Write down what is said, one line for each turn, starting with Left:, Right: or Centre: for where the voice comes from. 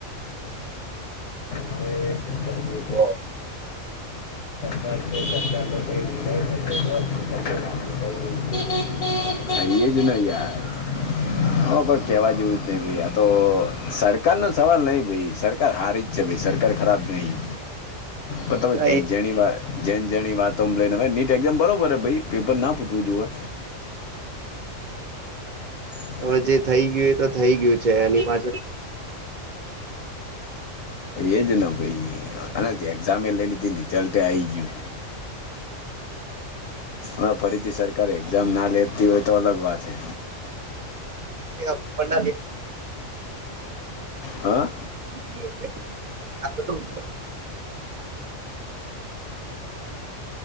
Left: હવે શું કરીએ
Right: તો-
Left: <unintelligible> તયે જ નહી યાર હ, પણ કેવા જેવું જ નહી ભાઈ આ તો સરકાર નો સવાલ નઈ ભાઈ સર કાર હારી જ છે ભાઈ સરકાર ખરાબ નહીં પણ તમે
Right: હા,
Left: જે
Right: એ
Left: જેની વાત જેન જેની વાતો લઈને નીટ એઝામ બરોબર હેાઈ પેપર ના ફૂટવું જોએ <unintelligible>
Right: હવે જે થઈ ગયું એ તો થઈ ગયું છે એની પાછળ
Left: એજ ના ભાઈ આનાથી એક્ઝમે લઈ લીધી રિઝલ્ટ આ આઈ ગયું. હા, ફરીથી સરકારે એક્ઝામ ના લેતી હોય તો અલગ વાત છે.
Right: આપણને
Left: હા.
Right: આ બધું